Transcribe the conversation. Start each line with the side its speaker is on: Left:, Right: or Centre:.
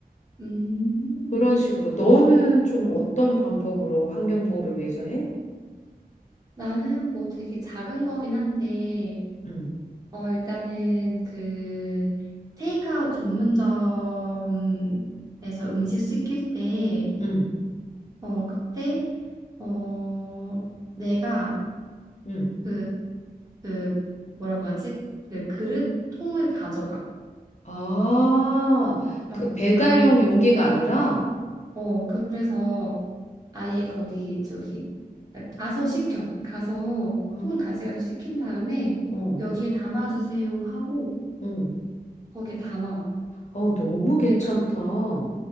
Right: 음.
Left: 그런 식으로. 너는 좀 어떤 방법으로 환경 보호를 위해서 해?
Right: 나는 뭐 되게 작은 거긴 한데,
Left: 음,
Right: 어, 일단은 그 테이크아웃 전문점에서 음식 시킬 때,
Left: 음,
Right: 어, 그때, 어, 내가
Left: 음.
Right: 그, 그, 뭐라고 하지? 그 그릇 통을 가져가.
Left: 아,
Right: 그래서
Left: 그 배달용
Right: 아예,
Left: 용기가 아니라?
Right: 어, 그래서 아예 거기, 저기, 가서 시켜. 가서
Left: 아,
Right: 통 가져가서 시킨 다음에
Left: 어,
Right: 여기에 담아주세요 하고
Left: 응.
Right: 거기에 담아와.
Left: 어, 너무 괜찮다.
Right: 내가,